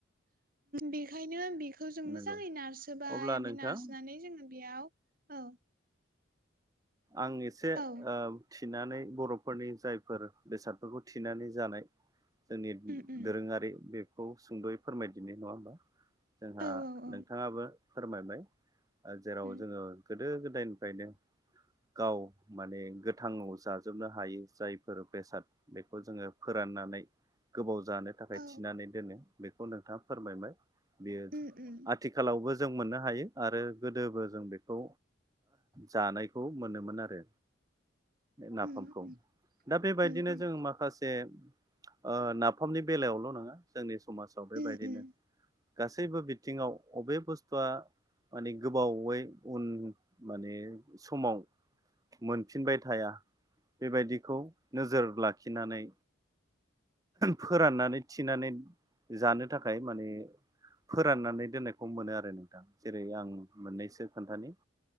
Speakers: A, on the right (about 45°); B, on the right (about 20°).
A: बेखायनो बेखौ जों मोजाङै
B: नंगौ
A: नारसोबाय
B: अब्ला
A: ओमफ्राय
B: नोंथां
A: नारसोनानै जोङो बेयाव औ
B: आं एसे
A: औ
B: ओ थिनानै बर'फोरनि जायफोर बेसादफोरखौ थिनानै जानाय जोंनि
A: उम उम
B: दोरोङारि बेखौ सुंद'यै फोरमायदिनाय नङा होमबा। जोंहा
A: औ औ औ
B: नोंथाङाबो फोरमायबाय जेराव
A: उम
B: जोङो गोदो गोदायनिफ्रायनो गाव माने गोथाङाव जाजोबनो हायो जायफोर बेसाद बेखौ जोङो फोराननानै गोबाव जानो थाखाय
A: औ
B: थिनानै दोनो बेखौ नोंथाङा फोरमायबाय। बेयो
A: उम उम
B: आथिखालावबो जों मोननो हायो आरो गोदोबो जों बेखौ जानाय खौ मोनोमोन आरो नाफामखौ।
A: उम उम
B: दा बे बायदिनो
A: उम उम
B: जों माखासे जे नाफामनि बेलायावल' नङा जोंनि समाजाव बे
A: उम
B: बायदिनो
A: उम
B: गासैबो बिथिङाव अबे बुस्थुआ माने गोबावै उन माने समाव मोनफिनबाय थाया बे बायदिखौ नोजोर लाखिनानै फोराननानै थिनानै जानो थाखाय माने फोराननानै दोननायखौ मोनो आरो नोंथां। जेरै- आं मोननैसो खोन्थानि